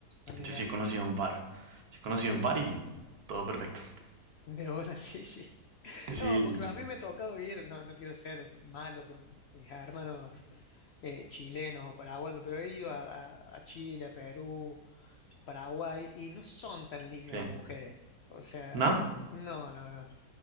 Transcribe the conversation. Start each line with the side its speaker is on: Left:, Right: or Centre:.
Left: Ah,
Right: Entonces
Left: mira,
Right: sí he conocido un par. Sí he conocido un par y todo perfecto.
Left: de buena, <laughs> sí, sí.
Right: Sí,
Left: No, porque
Right: sí, sí.
Left: a mí me ha tocado ir, no, no quiero ser malo con mis hermanos eh, chilenos o paraguayos, pero he ido a, a- a Chile, a Perú, Paraguay, y no son tan lindas
Right: Sí.
Left: las mujeres. O sea,
Right: ¿No?
Left: no, no, no.